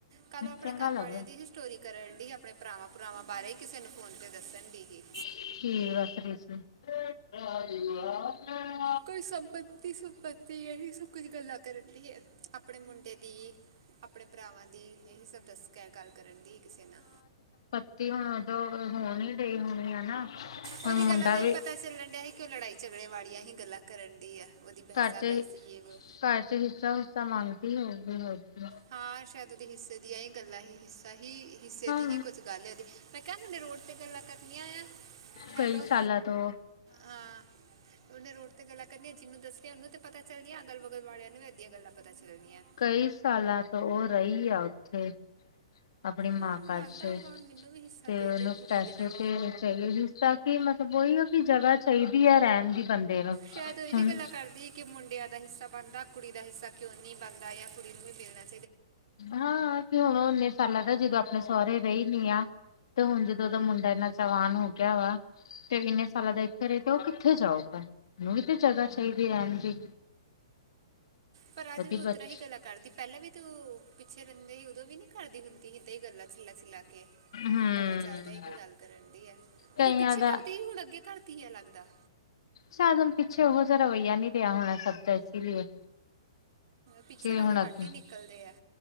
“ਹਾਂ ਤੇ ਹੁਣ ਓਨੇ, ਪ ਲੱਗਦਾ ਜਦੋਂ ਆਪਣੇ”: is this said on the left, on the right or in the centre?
Left